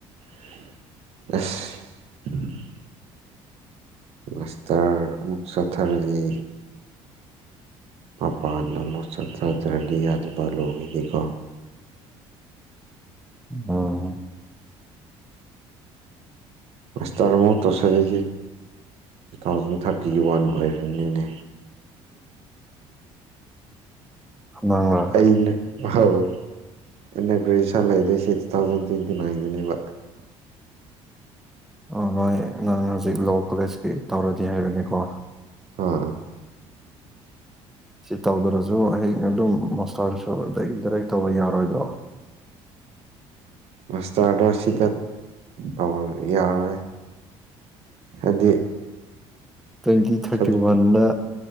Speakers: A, on the right; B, in the centre.
A: ꯑꯁ ꯃꯥꯁꯇꯔ ꯑꯃꯃꯨꯛ ꯆꯧꯊꯥꯔꯔꯤ ꯃꯄꯥꯟꯗ ꯑꯃꯨꯛ ꯆꯠꯊꯗ꯭ꯔꯗꯤ ꯑꯗꯨ ꯂꯣꯏꯈꯤꯗꯤꯀꯣ
B: ꯑꯣ
A: ꯃꯁ ꯇꯔ ꯃꯠꯇꯣꯁ ꯂꯩ ꯇꯨ ꯊꯥꯎꯖꯟ ꯊꯥꯔꯇꯤꯒꯤ ꯋꯥꯟ ꯑꯣꯏꯔꯕꯅꯤꯅꯦ
B: ꯅꯪꯔ
A: ꯑꯩꯅ ꯑ ꯑꯩꯅ ꯒ꯭ꯔꯦꯖꯨꯌꯦꯁꯟ ꯂꯩꯗꯣꯏꯁꯦ ꯇꯨ ꯊꯥꯎꯖꯟ ꯇ꯭ꯋꯦꯟꯇꯤ ꯅꯥꯏꯟꯗꯅꯦꯕ
B: ꯑ ꯅꯣꯏ ꯅꯪ ꯍꯧꯖꯤꯛ ꯂꯣ ꯀꯣꯂꯦꯖꯀꯤ ꯇꯧꯔꯗꯤ ꯍꯥꯏꯕꯅꯤꯀꯣ
A: ꯑꯥ
B: ꯁꯤ ꯇꯧꯗ꯭ꯔꯁꯨ ꯍꯌꯦꯡ ꯑꯗꯨꯝ ꯃꯣꯁꯇꯔꯁꯨ ꯑ ꯗꯥꯔꯦꯛ ꯇꯧꯕ ꯌꯥꯔꯣꯏꯗ꯭ꯔꯣ
A: ꯃꯥꯁꯇꯔꯗꯣ ꯁꯤꯗ ꯇ ꯌꯥꯔꯣꯏ ꯍꯥꯏꯗꯤ
B: ꯇ꯭ꯋꯦꯟꯇꯤ ꯊꯥꯔꯇꯤ
A: ꯁꯕ
B: ꯋꯥꯟꯗ